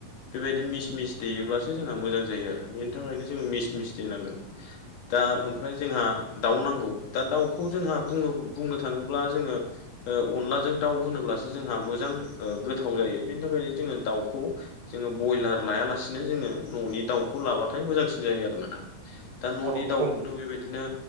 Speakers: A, on the left (about 70°); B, on the right (about 80°).
A: बेबायदि मिस
B: उम उम
A: मिसेायोब्लासो जोंहा मोजां जायो आरो बेनि थाखायनो जोङो मिस
B: उम
A: मिस देनांगोन दा ओमफ्राय जोंहा दाउ नांगौ दा दाउखौ जोंहा बुंनो थाङोब्ला जोङो अनलाजों दाउ होनोब्लासो जोंहा मोजां गोथाव जायो बेनि थाखायनो जोङो दाउखौ जोङो ब्रयलार लायालासिनो जोङो न'नि दाउखौ लाबाथाय मोजांसिन जायो आरोना दा दा न'नि
B: औ नंगौ
A: दाउखौनो
B: नंगौ
A: बेबायदिनो